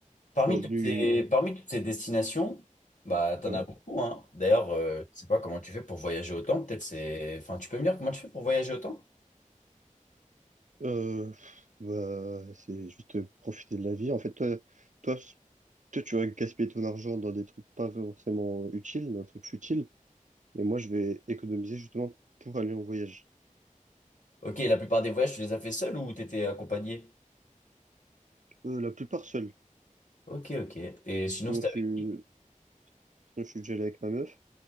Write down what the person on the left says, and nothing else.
Parmi
toutes ces, parmi toutes ces destinations, bah, tu
en as beaucoup, hein. D'ailleurs, euh, je ne sais pas comment tu fais pour voyager autant. Peut-être c'est... Enfin, tu peux me dire comment tu fais pour voyager autant?
Ok, la plupart des voyages, tu les as fait seul ou tu étais accompagné?
Ok, ok. Et sinon,
c'était
avec qui?